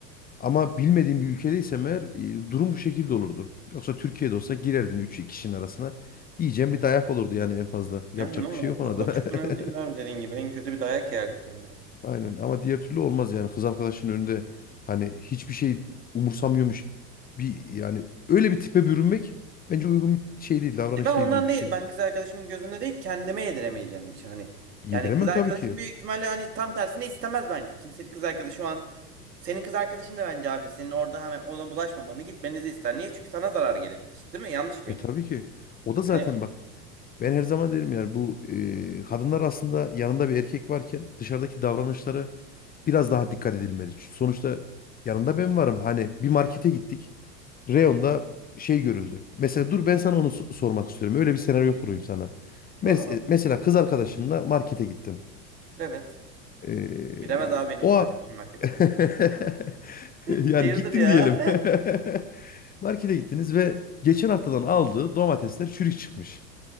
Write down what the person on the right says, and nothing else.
Yani ne olur
O,
o çok önemli değil
abi dediğin gibi. En kötü bir dayak yerdik yani.
E ben ondan
değil. Ben kız arkadaşımın gözünde değil kendime yediremeyeceğim bir şey. Hani
yani kız arkadaşım
büyük ihtimalle hani tam tersine istemez bence. Kimsenin kız arkadaşı şu an senin kız arkadaşın da bence abi senin orada hemen ona bulaşmamanı gitmenizi ister. Niye? Çünkü sana zarar gelebilir. Değil mi? Yanlış mıyım?
Hani
Hı hı.
Doğru
abi.
Evet.
Giremez abi benim
kız
arkadaşım markete.
<laughs>
Hayırdır
ya?